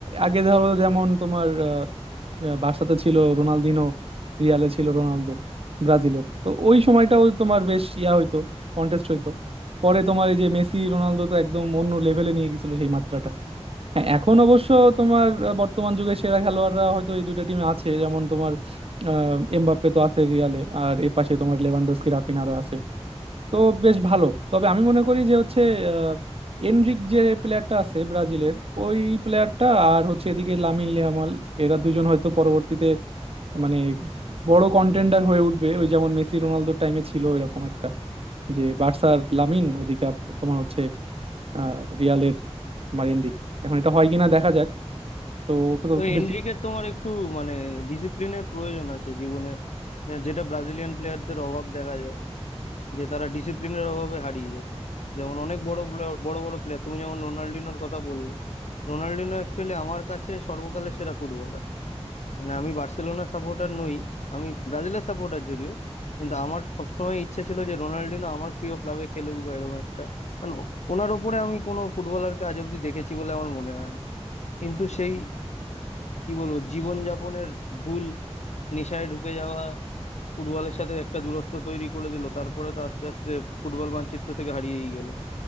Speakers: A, on the right; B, on the left.
A: আগে ধরো যেমন তোমার আহ, আহ, বার্সাতে ছিল রোনালদিনো রিয়ালে ছিল রোনালদো ব্রাজিলের তো ওই সময়টাও তোমার বেশ ইয়া হইতো কন্টেস্ট হইতো পরে তোমার এই যে মেসি রোনালদো তো একদম অন্য লেভেলে নিয়ে গেছিল সেই মাত্রাটা হ্যাঁ এখন অবশ্য তোমার আহ, বর্তমান যুগে সেরা খেলোয়াড়রা হয়তো এই দুইটা টিমে আছে যেমন তোমার আহ, এমবাপ্পে তো আছে রিয়ালে আর এ পাশে তোমার লেভানডস্কি রাফিনারা আছে তো বেশ ভালো তবে আমি মনে করি যে হচ্ছে আহ, এনরিক যে প্লেয়ারটা আছে ব্রাজিলের ওই প্লেয়ারটা আর হচ্ছে এদিকে লামিন ইয়ামাল এরা দুজন হয়তো পরবর্তীতে মানে বড় কন্টেন্ডার হয়ে উঠবে ওই যেমন মেসি রোনালদোর টাইমে ছিল এরকম একটা যে বার্সার লামিন ওদিকে আপ- তোমার হচ্ছে আহ, রিয়ালের তোমার এনরিক এখন এটা হয় কিনা দেখা যাক তো তো
B: তো
A: খুব
B: এনরিকের
A: বেশি
B: তোমার একটু মানে ডিসিপ্লিনের প্রয়োজন আছে জীবনে আহ, যেটা ব্রাজিলিয়ান প্লেয়ারদের অভাব দেখা যায় যে তারা ডিসিপ্লিনের অভাবে হারিয়ে যায় যেমন অনেক বড় player- বড় বড় প্লেয়ার তুমি যেমন রোনাল্ডিনোর কথা বললে রোনাল্ডিনো অ্যাকচুয়ালি আমার কাছে সর্বকালের সেরা ফুটবলার মানে আমি বার্সেলোনা সাপোর্টার নই আমি ব্রাজিলের সাপোর্টার যদিও কিন্তু আমার সবসময় ইচ্ছা ছিল যে রোনাল্ডিনো আমার প্রিয় ক্লাবে খেলুক বা এরকম একটা মানে ওনার ওপরে আমি কোনো ফুটবলারকে আজ অব্দি দেখেছি বলে আমার মনে হয় না কিন্তু সেই কি বলবো জীবনযাপনের ভুল নেশায় ঢুকে যাওয়া ফুটবলের সাথে একটা দূরত্ব তৈরি করে দিল তারপরে তো আস্তে আস্তে ফুটবল মানচিত্র থেকে হারিয়েই গেলেন